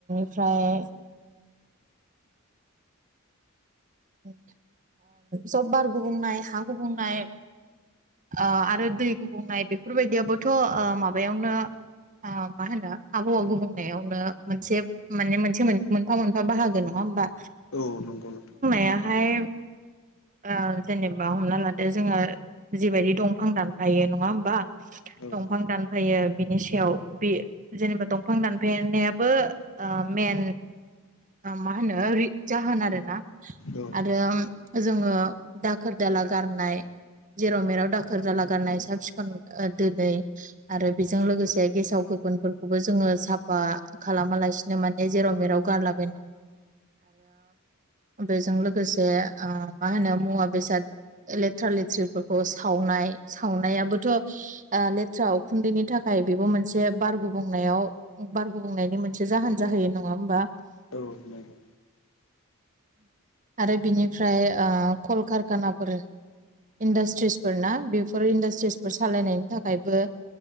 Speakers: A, on the right; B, on the left.
A: ओमफ्राय ओ सब बार गुबुंनाय हा गुबुंनाय ओ आरो दै गुबुंनाय बेफोरबायदियाबोथ' ओ माबायावनो ओ मा होनो आबहावा गुबुंनायावनो मोनसे माने मोनसे मोनफा मोनफा बाहागो नङा होमबा
B: औ नंगौ नोंथां
A: बेहाय ओ जेनेबा हमना लादो जोङो जिबायदि दंफां दानफायो नङा होमबा?
B: औ
A: दंफां दानफायो बिनि सायाव बे जेनेबा दंफां दानफायनायाबो ओ मेन मा ओ होनो जाहोन आरो ना
B: औ
A: आरो जोङो दाखोर दाला गारनाय जेराव मेराव दाखोर जाला गाननाय साब सिखन दोनै आरो बेजों लोगोसे गेसाव गो फोन साफानो खालामा लासोनो जेराव बेजों लोगोसे ओ मा होनो मुवा बेसाद लेथ्रा लेथ्रिफोरखौ सावनाय सावनायाबोथ' लेथ्रा उखुन्दैनि थाखाय बेबो मोनसे बार गुब बुंनायाव बारग बुंनायनि मोनसे जाहोन जाहैयो नङा होमबा
B: औ नंगौ
A: आरो बिनिफ्राय ओ कलकारखानाफोर इन्डास्ट्रिसफोर ना बेफोर इन्डास्ट्रिसफोर सालायनायनि थाखायबो